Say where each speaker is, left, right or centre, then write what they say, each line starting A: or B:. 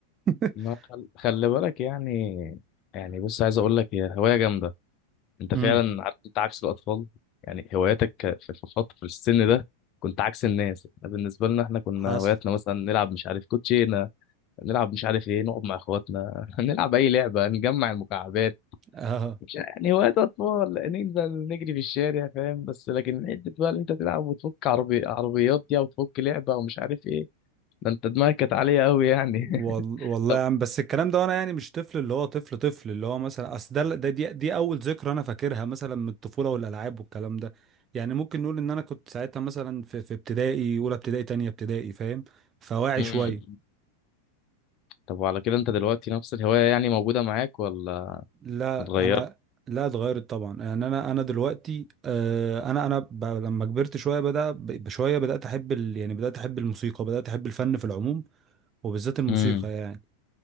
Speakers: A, on the right; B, on the left.
A: <laughs>
B: ما خل... خلي بالك يعني يعني بص عايز اقول لك هي هوايه جامده انت
A: امم
B: فعلا عارف انت عكس الاطفال يعني هواياتك في في فتره في السن ده كنت عكس الناس احنا بالنسبه لنا احنا كنا
A: حصل
B: هواياتنا مثلا نلعب مش عارف كوتشينه نلعب مش عارف ايه نقعد مع اخواتنا <laughs> نلعب اي لعبه نجمع المكعبات
A: اه
B: مش يعني هوايات اطفال ننزل نجري في الشارع فاهم بس لكن حته بقى اللي انت تلعب وتفك عربي عربيات دي او تفك لعبه ومش عارف ايه ده انت دماغك كانت عاليه قوي يعني
A: وال...
B: <laughs>
A: والله
B: طب
A: يا عم بس الكلام ده وانا يعني مش طفل اللي هو طفل طفل اللي هو مثلا اصل ده ده دي, دي اول ذكرى انا فاكرها مثلا من الطفوله والالعاب والكلام ده يعني ممكن نقول ان انا كنت ساعتها مثلا في, في ابتدائي اولى ابتدائي تانية ابتدائي فاهم فواعي
B: امم
A: شويه
B: طب وعلى كده انت دلوقتي نفس الهواية يعني موجودة معاك ولا
A: لا
B: اتغيرت؟
A: انا لا اتغيرت طبعا يعني انا انا دلوقتي آه انا انا ب... لما كبرت شويه بدا ب... بشويه بدات احب ال... يعني بدات احب الموسيقى بدات احب الفن في العموم وبالذات الموسيقى
B: امم
A: يعني